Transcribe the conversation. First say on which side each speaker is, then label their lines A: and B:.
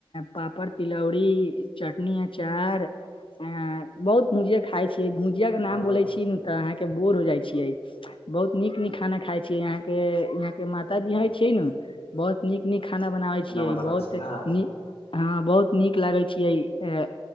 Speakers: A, on the left; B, on the left.
A: पापड़, तिलौड़ी, चटनी, अचार अ बहुत भुजिया खाय छियै। भुजिया के नाम
B: ह
A: बोलै छी न तऽ अहाँके बोर हो जाइ छियै। बहुत नीक नीक खाना खाय छीै यहाँ के, यहाँ के माताजी हं छियै न? बहुत नीक नीक खाना बनाबै छियै।
B: बनाबै
A: बहुत
B: छी ने
A: नीक अहाँ बहुत नीक लागै छियै,